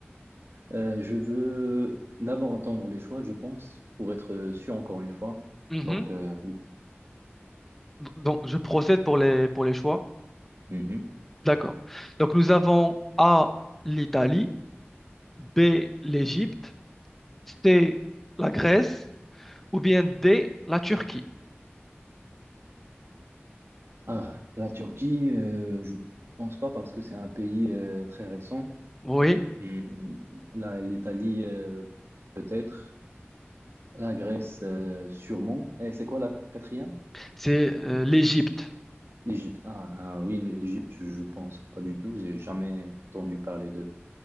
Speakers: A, on the right (about 70°); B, in the centre.
A: euh, je veux d'abord entendre les choix, je pense, pour être sûr encore une fois.
B: Mhm.
A: Donc, euh, oui.
B: Donc, je procède pour les, pour les choix.
A: mhm.
B: D'accord. Donc, nous avons A, l'Italie, B, l'Égypte, C, la Grèce ou bien D, la Turquie.
A: Ah, la Turquie, euh, je pense pas parce que c'est un pays euh, très récent.
B: Oui,
A: Hmm, la- l'Italie, euh, peut-être. La Grèce, euh, sûrement. Et c'est quoi la quatrième?
B: c'est euh, l'Égypte.
A: L'Égypte. Ah, ah oui, l'Égypte, je pense pas du tout. J'ai jamais entendu parler de,